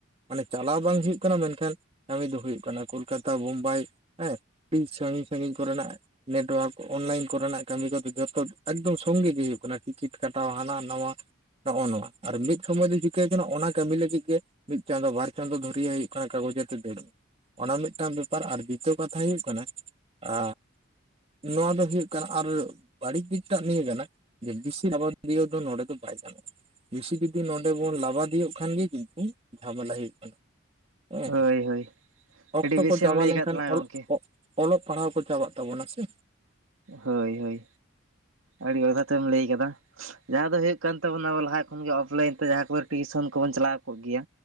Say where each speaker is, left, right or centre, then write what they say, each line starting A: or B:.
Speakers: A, on the right; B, on the right.
A: ᱢᱟᱱᱮ ᱪᱟᱞᱟᱣ ᱵᱟᱝ ᱦᱩᱭᱩᱜ ᱠᱟᱱᱟ ᱢᱮᱱᱠᱷᱟᱱ ᱠᱟᱹᱢᱤ ᱫᱚ ᱦᱩᱭᱩᱜ ᱠᱟᱱᱟ ᱠᱳᱞᱠᱟᱛᱟ, ᱵᱳᱢᱵᱟᱭ, ᱦᱮᱸ <unintelligible> ᱥᱟᱺᱜᱤᱧ ᱥᱟᱺᱜᱤᱧ ᱠᱚ ᱨᱮᱱᱟᱜ ᱱᱮᱴᱣᱟᱨᱠ ᱚᱱᱞᱟᱭᱤᱱ ᱠᱚ ᱨᱮᱱᱟᱜ ᱠᱟᱹᱢᱤ ᱠᱚ ᱜᱮ ᱡᱚᱛᱚ ᱮᱠᱫᱚᱢ ᱥᱚᱝᱜᱮ ᱜᱮ ᱦᱩᱭᱩᱜ ᱠᱟᱱᱟ ᱴᱤᱠᱤᱴ ᱠᱟᱴᱟᱣ ᱦᱟᱱᱟ ᱱᱟᱣᱟ᱾ ᱱᱚᱜᱼᱚ ᱱᱚᱣᱟ ᱟᱨ ᱢᱤᱫ ᱥᱚᱢᱚᱭ ᱫᱚ ᱪᱤᱠᱟᱹ ᱚᱱᱟ ᱠᱟᱹᱢᱤ ᱞᱟᱹᱜᱤᱫ ᱜᱮ ᱢᱤᱫ ᱪᱟᱸᱫᱚ ᱵᱟᱨ ᱪᱟᱸᱫᱚ ᱫᱷᱩᱨᱭᱟᱹ ᱦᱩᱭᱩᱜ ᱠᱟᱱᱟ ᱠᱟᱜᱚᱡᱽ ᱟᱛᱮ ᱫᱟᱹᱲ ᱢᱮ ᱚᱱᱟ ᱢᱤᱫᱴᱟᱱ ᱵᱮᱯᱟᱨ ᱟᱨ ᱵᱤᱛᱤᱭᱚ ᱠᱟᱛᱷᱟ ᱦᱩᱭᱩᱜ ᱠᱟᱱᱟ ᱟᱻ ᱱᱚᱣᱟ ᱫᱚ ᱦᱩᱭᱩᱜ ᱠᱟᱱᱟ ᱟᱨ ᱵᱟᱹᱲᱤᱡ ᱫᱤᱠ ᱴᱟᱜ ᱱᱤᱭᱟᱹ ᱠᱟᱱᱟ, ᱡᱮ ᱵᱤᱥᱤ ᱟᱵᱟᱫᱤᱭ ᱫᱚ ᱱᱚᱰᱮ ᱫᱚ ᱵᱟᱭ ᱜᱟᱱᱚᱜᱼᱟ᱾ ᱵᱮᱥᱤ ᱡᱩᱫᱤ ᱱᱚᱰᱮ ᱵᱚᱱ ᱞᱟᱵᱟᱫᱤᱭᱳ ᱠᱷᱟᱱ ᱜᱮ ᱠᱤᱱᱛᱩ ᱡᱷᱟᱢᱮᱞᱟ ᱦᱩᱭᱩᱜ ᱠᱟᱱᱟ᱾ ᱦᱮᱸ᱾
B: ᱦᱳᱭ ᱦᱳᱭ
A: ᱚᱠᱛᱚ
B: ᱟᱹᱰᱤ ᱵᱮᱥᱮᱢ
A: ᱠᱚ ᱪᱟᱵᱟ
B: ᱞᱟᱹᱭ
A: ᱞᱮᱱᱠᱷᱟᱱ
B: ᱟᱠᱟᱫ ᱛᱟᱞᱟᱝᱟ
A: ᱚᱞᱚᱜ
B: ᱜᱚᱢᱠᱮ
A: ᱚᱜ ᱚᱞᱚᱜ ᱯᱟᱲᱦᱟᱣ ᱠᱚ ᱪᱟᱵᱟᱜ ᱛᱟᱵᱚᱱᱟ ᱥᱮ᱾
B: ᱦᱳᱭ ᱦᱳᱭ, ᱟᱹᱰᱤ ᱡᱚᱛᱷᱟᱛ ᱮᱢ ᱞᱟᱹᱭ ᱠᱟᱫᱟ᱾ ᱡᱟᱦᱟᱸ ᱫᱚ ᱦᱩᱭᱩᱜ ᱠᱟᱱ ᱛᱟᱵᱚᱱᱟ ᱟᱵᱚ ᱞᱟᱦᱟ ᱠᱷᱚᱱ ᱜᱮ ᱚᱯᱷᱞᱟᱭᱤᱱ ᱛᱮ ᱡᱟᱦᱟᱸ ᱠᱚᱨᱮ ᱴᱤᱭᱩᱥᱚᱱ ᱠᱚᱵᱚᱱ ᱪᱟᱞᱟᱣ ᱠᱚᱜ ᱜᱮᱭᱟ,